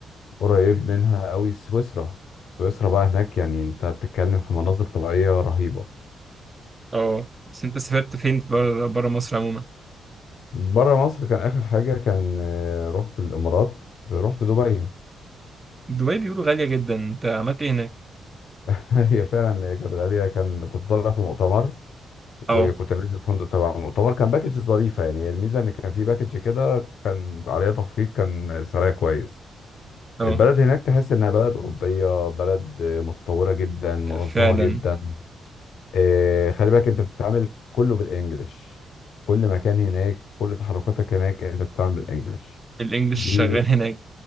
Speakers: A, on the left; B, on the right.
A: قريب منها قوي سويسرا سويسرا بقى هناك يعني انت بتتكلم في مناظر طبيعية رهيبة
B: اه بس انت سافرت فين بره بره مصر عموما
A: بره مصر كان آخر حاجة كان آه، رحت الإمارات رحت دبي
B: دبي بيقولوا غاليه جدا انت عملت ايه هناك
A: <laughs> هي فعلا هي كانت غالية كان كنت طالع في مؤتمر
B: اه
A: وكنت نازل في فندق تبع المؤتمر كان باكج ظريفة يعني الميزة إن كان في باكج كده كان عليها تخفيض كان سعرها كويس
B: اه
A: البلد هناك تحس إنها بلد أوروبية بلد آه، متطورة جدا منظمة
B: فعلا
A: جدا آه، خلي بالك انت بتتعامل كله بالانجلش كل مكان هناك كل تحركاتك هناك انت بتتعامل بالانجلش
B: الانجلش
A: دي
B: شغال هناك